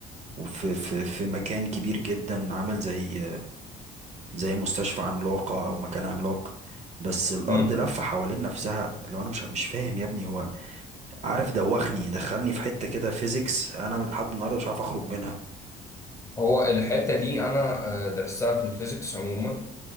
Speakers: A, on the right (about 40°); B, on the left (about 20°).
A: وفي في في مكان كبير جدا عامل زي زي مستشفى عملاقة أو مكان عملاق بس الأرض
B: مم.
A: لفة حوالين نفسها لو أنا مش مش فاهم يا ابني هو عارف دوخني دخلني في حتة كده فيزيكس أنا لحد النهاردة مش عارف أخرج منها
B: هو الحتة دي أنا آه، درستها في الفيزيكس عموما